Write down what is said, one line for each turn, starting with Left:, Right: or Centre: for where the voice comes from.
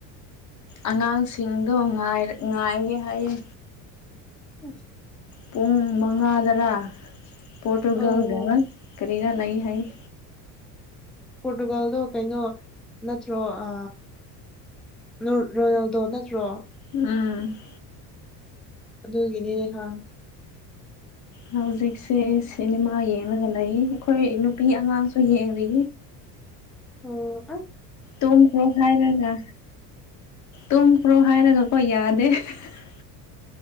Left: ꯑꯉꯥꯡꯁꯤꯡꯗꯣ ꯉꯥꯏ ꯉꯥꯏꯒꯦ ꯍꯥꯏꯌꯦ
Centre: <unintelligible>
Left: ꯄꯨꯡ ꯃꯉꯥꯗꯔꯥ ꯄꯣꯔꯇꯨꯒꯜꯒ
Centre: ꯑꯣ
Left: ꯀꯔꯤꯔꯥ ꯂꯩ ꯍꯥꯏꯌꯦ
Centre: ꯄꯣꯔꯇꯨꯒꯜꯗꯣ ꯀꯩꯅꯣ ꯅꯠꯇ꯭ꯔꯣ ꯑ ꯅꯣꯔ ꯔꯣꯅꯥꯜꯗꯣ ꯅꯠꯇ꯭ꯔꯣ
Left: ꯎꯝ
Centre: ꯑꯗꯨꯒꯤꯅꯤꯅꯦ ꯈꯪ
Left: ꯍꯧꯖꯤꯛꯁꯦ ꯁꯤꯅꯦꯃꯥ ꯌꯦꯡꯂꯒ ꯂꯩ ꯑꯩꯈꯣꯏ ꯅꯨꯄꯤ ꯑꯉꯥꯡꯁꯨ ꯌꯦꯡꯔꯤ
Centre: ꯍꯣ ꯗ
Left: ꯇꯨꯝꯈ꯭ꯔꯣ ꯍꯥꯏꯔꯒ ꯇꯨꯝꯈ꯭ꯔꯣ ꯍꯥꯏꯔꯒ ꯍꯣꯏ ꯌꯥꯗꯦ <unintelligible>